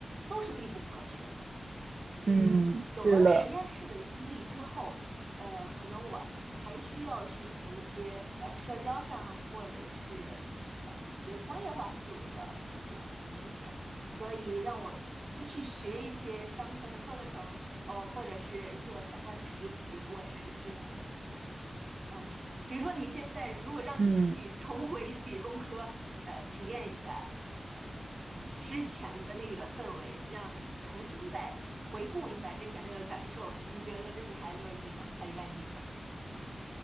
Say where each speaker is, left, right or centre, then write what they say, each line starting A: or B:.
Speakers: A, on the right; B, on the right.
A: 都是必不可缺的。嗯，
B: 嗯，是了，
A: 有了实验室的经历之后，呃，可能我还需要寻求一些呃社交上或者是嗯一些商业化思维的培训，一些训练。所以让我继续学一些商科的课程，呃，或者是做相关的实习，我也是非常乐意的。嗯，比如说你现在如果让你去重回理工科，
B: 嗯，
A: 呃，体验一下，嗯，之前的那个氛围，让你重新再回顾一下之前那个感受，你觉得你还乐意吗？还愿意吗？